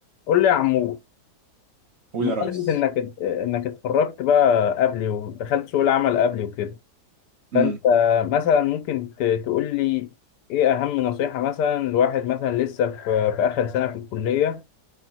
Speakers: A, on the left; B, on the right.
A: قول لي يا عمور
B: قول
A: بمناسبة
B: يا ريس
A: انك انك اتخرجت بقى قبلي ودخلت سوق العمل قبلي وكده فانت
B: امم
A: مثلا ممكن ت- تقول لي ايه اهم نصيحة مثلا لواحد مثلا لسه في في اخر سنة في الكلية